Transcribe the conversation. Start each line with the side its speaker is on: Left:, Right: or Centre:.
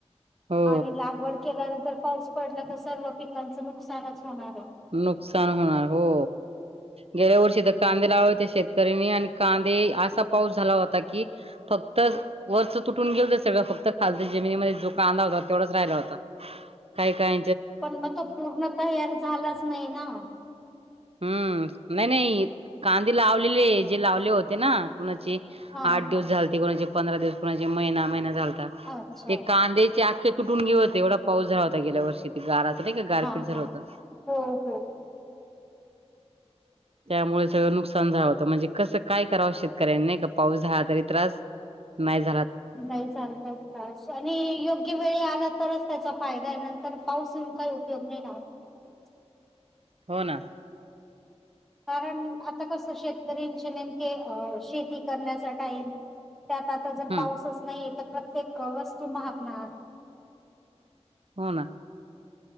Right: हो
Centre: आणि लागवड केल्यानंतर पाऊस पडला तर सर्व पिकांचं नुकसानच होणार आहे.
Right: नुकसान होणार हो. गेल्या वर्षी तर कांदे लावा होते शेतकऱ्यांनी आणि कांदे असा पाऊस झाला होता की फक्त वरच तुटून गेल त सगळं फक्त खालतं जमिनीमध्ये जो कांदा होता तेवढाच राहिला होता काही काय
Centre: पण मग तो पूर्णतयार झालाच नही ना.
Right: हम्म नाही नाही कांदे लावलेले जे लावले होते ना कोणाची
Centre: हा
Right: आठ
Centre: हा हा.
Right: दिवस झाल ते कोणाची पंधरा दिवस कोणाचे महिना महिना झाल ता
Centre: अच्छा
Right: ते कांधेचे आक ते तुटून गेले होते एवढा पाऊ झाला होता गेल्या वर्षी ते गारा ते नही का गारपीट
Centre: हा
Right: झालं
Centre: हा
Right: होत.
Centre: हो हो.
Right: त्यामुळे सगळं नुकसान झा म्हणजे कसं काय कराव शेत कारण नाही का पाऊस झाला तरी त्रास, नाही झा
Centre: नाही चालतय त्रास आणि योग्य वेळी आला तरच त्याचा फायदा आहे नंतर पाऊस येऊन काही उपयोग नाही ना ओ.
Right: हो ना.
Centre: कारण आता कसं शेतकरींचे नेमके अ शेती करण्याचा टाईम त्यात आता जर
Right: हम्म
Centre: पाऊसच नाही य त <unintelligible> वस्तू महाग महाग
Right: हो ना.